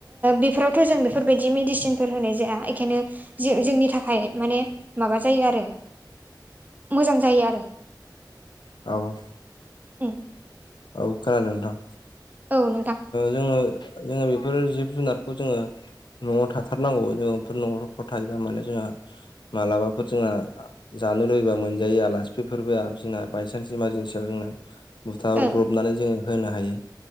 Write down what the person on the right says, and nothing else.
बेफोराव थ' जों बेफोरबायदि मेडिसिनफोर होनाय जाया बेखायनो ज जोंनि थाखाय माने माबा जायो आरो मोजां जायो आरो
उम
औ नोंथां
ओ